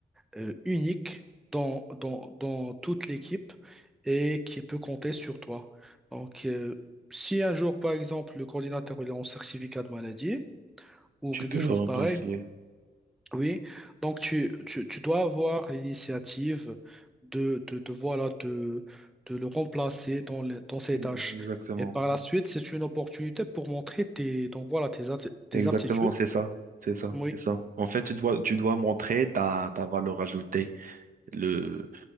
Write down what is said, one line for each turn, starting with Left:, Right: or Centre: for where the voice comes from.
Centre: euh, unique dans, dans, dans toute l'équipe et qui peut compter sur toi. Donc, euh, si un jour, par exemple, le coordinateur il est en certificat de maladie ou
Right: tu
Centre: quelque
Right: peux
Centre: chose
Right: le remplacer.
Centre: pareil, oui, donc tu, tu, tu dois avoir l'initiative de, de, de, voilà, de, de le remplacer dans, les- dans ses
Right: Mm,
Centre: tâches.
Right: Exactement.
Centre: Et par la suite, c'est une opportunité pour montrer tes, donc voilà, tes, apt- tes
Right: Exactement,
Centre: aptitudes.
Right: c'est ça. C'est ça,
Centre: Oui,
Right: c'est ça. En fait, tu dois, tu dois montrer ta, ta valeur ajoutée, le,